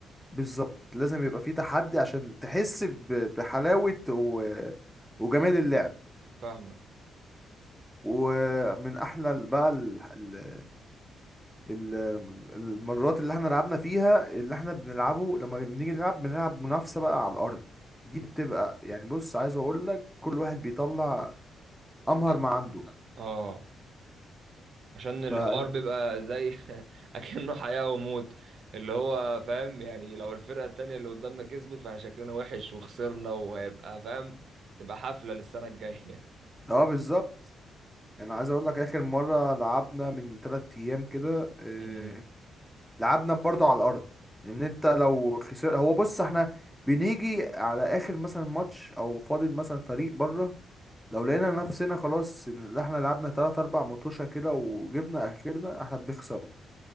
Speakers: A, in the centre; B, on the right.
A: بالظبط لازم يبقى فيه تحدي عشان تحس ب... بحلاوة و... وجمال اللعب
B: فاهمك
A: ومن احلى ال- بقى ال... ال... ال- المرات اللي احنا لعبنا فيها اللي احنا بنلعبه لما بنيجي نلعب بنلعب منافسة بقى على الارض دي بتبقى يعني بص عايز اقول لك كل واحد بيطلع امهر
B: أ-
A: ما عنده
B: اه عشان الحوار
A: ف <laughs>
B: بيبقى زي <laughs> اكنه حياه وموت اللي هو فاهم يعني لو الفرقه التانية اللي قدامنا كسبت فشكلنا وحش وخسرنا وهيبقى فاهم تبقى حفله للسنه الجايه
A: اه بالظبط يعني عايز اقول لك اخر مرة لعبنا من تلات ايام كده آه،
B: <laughs>
A: لعبنا برضو على الارض لان انت لو خسر هو بص احنا بنيجي على اخر مثلا ماتش او فاضل مثلا فريق بره لو لقينا نفسنا خلاص اللي احنا لعبنا تلات اربع مطوشة كده وجبنا اخرنا احنا بنخسره